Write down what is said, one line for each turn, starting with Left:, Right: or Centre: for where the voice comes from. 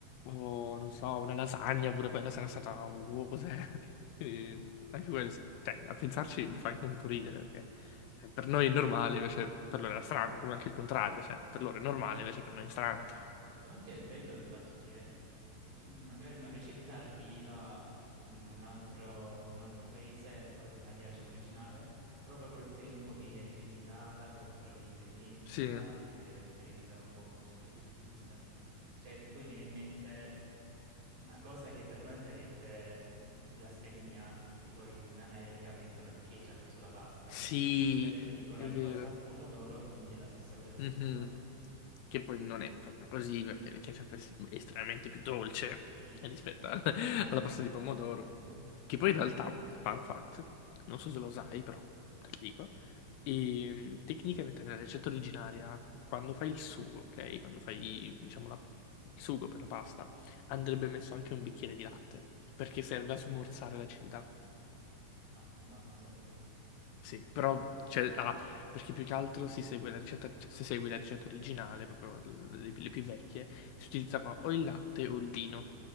Left: O non so, una lasagna pure quella sarà stata, wow, cos'è? Quindi anche quello, cioè, a pensarci mi fa anche un po' ridere, perché cioè, per noi è normale, invece per loro era strano, come anche il contrario, cioè, per loro è normale, invece per noi è strano.
Right: Sì, poi anche è bello il fatto che mm, magari una ricetta arriva mm, in un altro, un altro paese o in maniera, diciamo, originale, proprio col tempo viene rivisitata con i propri ingredienti
Left: Sì,
Right: locali, ehm, rivisitata un po' su questi punti di vista. Cioè, tipo mi viene in mente una cosa che per noi sarebbe mm, blasfemia, che tipo in America mettono il ketchup sulla pasta,
Left: sì,
Right: perché dicono
Left: è
Right: è
Left: vero.
Right: po- salsa di pomodoro, quindi è la stessa cosa del
Left: Mhm.
Right: sugo.
Left: Che poi non è proprio così, perché il ketchup è estremamente più dolce
Right: Sì, sì,
Left: rispetto
Right: sì,
Left: al- <laughs>
Right: ma infatti
Left: alla pasta
Right: non
Left: di pomodoro.
Right: comprendo. <laughs>
Left: Che poi in realtà, fun fact, non so se lo sai, però te lo dico, E tecnicamente nella ricetta originaria, quando fai il sugo, ok? Quando fai, diciamo, la- il sugo per la pasta, andrebbe
Right: Ok.
Left: messo anche un bicchiere di latte, perché serve a smorzare l'acidità.
Right: Ah, no, non lo sapevo.
Left: Sì, però cioè, allora, perché più che altro si segue la ricetta, cioè, se segui la ricetta originale, proprio le, le più vecchie, si utilizzava o il latte o il vino,